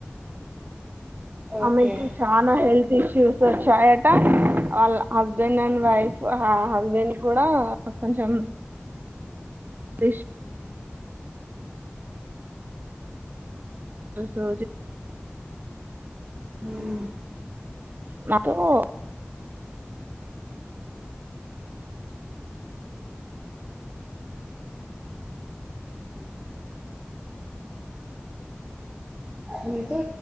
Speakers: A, on the right; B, on the right.
A: ఓకే
B: ఆమె్ చానా హెల్త్ ఇ ష్యూస్ వొచ్చాయట వాళ్ళ హస్బెండ్ అండ్ వైఫ్ ఆ హస్బెండ్ కూడా కొంచెం రష్ సో
A: హ్మ్మ్
B: నాకు
A: మీతో